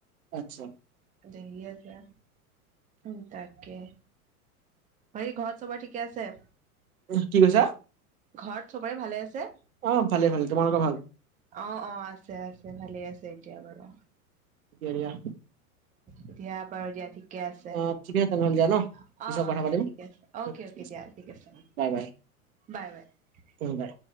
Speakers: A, on the right (about 65°); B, on the right (about 15°).
A: আচ্ছা
B: দেৰি আছে, উম' তাকে। বাকী ঘৰত চবৰে ঠিকে আছে?
A: কি কৈছা?
B: ঘৰত চবৰে ভালে আছে?
A: অ' ভালে ভালে, তোমালোকৰ ভাল?
B: অ' অ', আছে আছে, ভালে আছে এতিয়া বাৰু।
A: কেৰিয়া
B: এতিয়া বাৰু, দিয়া ঠিকে আছে। অ'
A: অ ঠিকে তেনেহ'লে দিয়া ন পিছত
B: অ',
A: কথা
B: দিয়া
A: পাতিম
B: ঠিকে আছে। অকে
A: উম, ঠিক
B: অকে,
A: আছে
B: দিয়া। ঠিক আছে,
A: বাই বাই
B: বাই বাই!
A: উম' বাই!